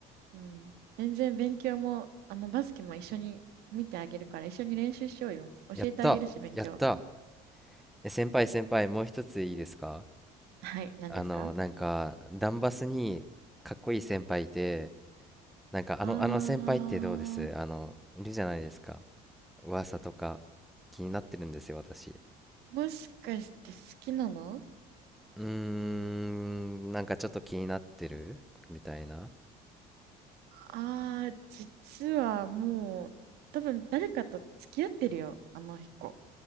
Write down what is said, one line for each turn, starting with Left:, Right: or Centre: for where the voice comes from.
Right: うん。全然勉強も、あの、バスケも一緒に見てあげるから、一緒に練習しようよ。教えてあげるし、
Centre: やったやった
Right: 勉強。<laughs>
Centre: え先輩先輩もう一ついいですか
Right: はい、何ですか
Centre: あのなんかダンバスにかっこいい先輩いてなんかあのあの先輩ってどうですあのいるじゃないですか
Right: あ
Centre: 噂とか気になってるんですよ私
Right: ー、もしかして好きなの
Centre: うーんなんかちょっと気になってるみたいな
Right: あー、実はもう、多分誰かと付き合ってるよ、あの子。